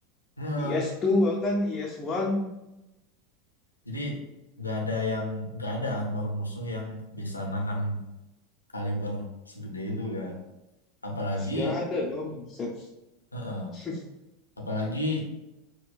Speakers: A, on the left (about 80°); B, on the left (about 25°).
A: nah,
B: IS2 bahkan IS1
A: jadi nggak ada yang, nggak ada armor musuh yang bisa nahan kaliber segede itu kan. Apalagi,
B: Is, gak ada dong set
A: heeh,
B: <laughs>
A: apalagi